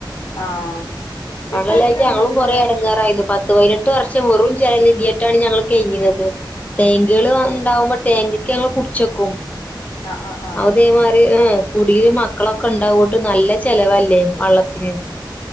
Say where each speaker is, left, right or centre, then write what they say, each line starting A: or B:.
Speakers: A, on the left (about 80°); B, on the left (about 20°).
A: ആഹ്
B: വള്ളയില്ലായിറ്റ്
A: ഇപ്പൊ എത്രയുണ്ട്
B: ഞങ്ങളും
A: ബില്ല്
B: കൊറെ എടങ്ങാറായിനു പത്ത് പതിനെട്ട് വർഷം വെറും ജലനിധിയായിട്ടാണ് ഞങ്ങള് കയ്ഞ്ഞിന്നത് ട്ടേങ്കുകള്
A: ഉം
B: വ എണ്ടാവുമ്പോ ടേങ്കയ്ക്ക് ഞങ്ങള് പുട്ച്ചൊക്കും
A: ആഹ് ആഹ് ആഹ്
B: അതേ മാരി ആഹ് കുടിയില് മക്കളൊക്കെ ഉണ്ടാവൂട്ട് നല്ല ചെലവല്ലേ വള്ളത്തിന്